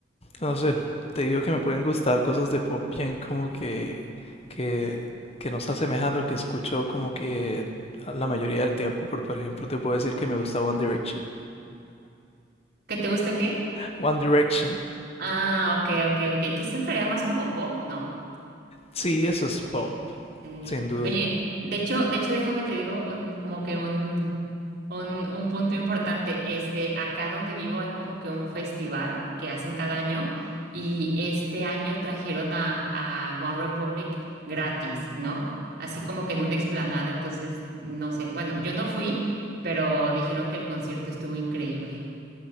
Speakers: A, on the left; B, on the right.
A: No sé, te digo que me pueden gustar cosas de pop bien como que, que, que no se asemejan a lo que escucho como que a la mayoría del tiempo. Por, por ejemplo, te puedo decir que me gusta One Direction.
B: ¿Que te gusta qué?
A: One Direction,
B: Ah, ok, ok, ok. Que se entraría más como pop, ¿no?
A: sí, eso es
B: Ok.
A: pop,
B: Eh,
A: sin duda.
B: oye, de hecho, de hecho, déjame te digo un, como que un, un, un punto importante. Este, acá donde vivo hay como que un festival que hacen cada año y este año trajeron a, a One Republic gratis, ¿no? Así como que en una explanada, entonces, no sé. Bueno, yo no fui, pero dijeron que el concierto estuvo increíble.